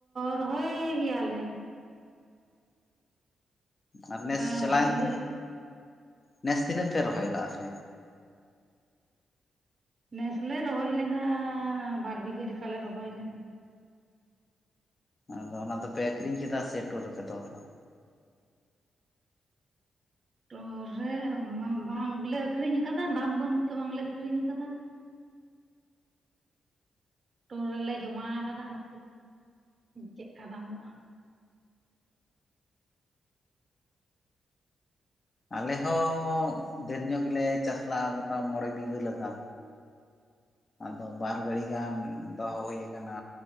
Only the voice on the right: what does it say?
ᱨᱚᱦᱚᱭ ᱜᱮᱭᱟᱞᱮ᱾
ᱚᱱᱠᱟ
ᱵᱟᱨ ᱵᱤᱜᱷᱟᱹ
ᱞᱮᱠᱟ
ᱱᱮᱥ ᱞᱮ ᱨᱚᱦᱚᱭ ᱞᱮᱫᱟᱻ ᱵᱟᱨ ᱵᱤᱜᱷᱟᱹ ᱞᱮᱠᱟᱞᱮ ᱨᱚᱦᱚᱭ ᱞᱮᱫᱟ᱾
ᱴᱳᱨ ᱨᱮ ᱵᱟᱢ ᱵᱟᱝᱞᱮ ᱟᱠᱷᱨᱤᱧ ᱠᱟᱫᱟ ᱫᱟᱢ ᱵᱟᱹᱱᱩᱜ ᱛᱮ ᱵᱟᱝᱞᱮ ᱟᱠᱷᱨᱤᱧ ᱠᱟᱫᱟ᱾ ᱴᱳᱨ ᱨᱮᱞᱮ ᱡᱚᱢᱟᱣ ᱠᱟᱫᱟ ᱦᱟᱯᱳᱭ ᱪᱮᱜᱠᱟ ᱫᱟᱢᱚᱜᱼᱟ᱾